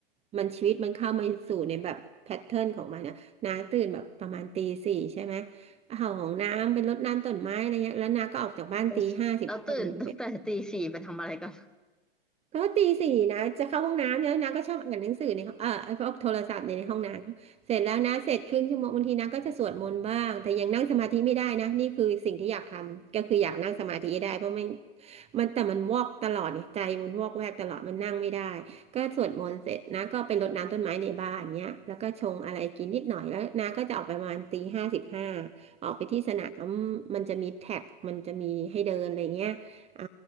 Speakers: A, on the right; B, in the centre.
A: มันชีวิตมันเข้ามาสู่ในแบบแพทเทิร์นของมันนะน้าตื่นแบบประมาณตีสี่ใช่ไหมเอาของน้ำเป็นรดน้ำต้นไม้อะไรเงี้ย แล้วน้าก็ออกจากบ้านตีห้าสิบห้าเนี่ยไป
B: แล้วแล้วตื่นตั้งแต่ตีสี่ไปทำอะไรก่อน
A: ก็ตีสี่นะจะเข้าห้องน้ำแล้วนะก็ชอบอ่านหนังสือในห้องเออไอ้พวกโทรศัพท์เนี่ยในห้องน้ำเสร็จแล้วนะเสร็จครึ่งชั่วโมงบางทีนะก็จะสวดมนต์บ้างแต่ยังนั่งสมาธิไม่ได้นะนี่คือสิ่งที่อยากทำก็คืออยากนั่งสมาธิให้ได้เพราะมันมันแต่มันวอกตลอดเนี่ยใจมันวอกแวกตลอดมันนั่งไม่ได้ก็สวดมนต์เสร็จนะก็ไปรดน้ำต้นไม้ในบ้านเนี้ยแล้วก็ชงอะไรกินนิดหน่อยแล้วนะก็จะออกไปประมาณตีห้าสิบห้าออกไปที่สนามมันจะมีแท็กมันจะมีให้เดินอะไรเงี้ย อ่า